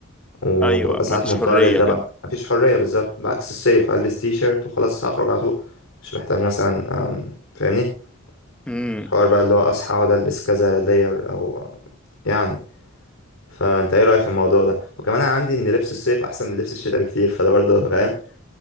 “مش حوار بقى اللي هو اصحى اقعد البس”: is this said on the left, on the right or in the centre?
Left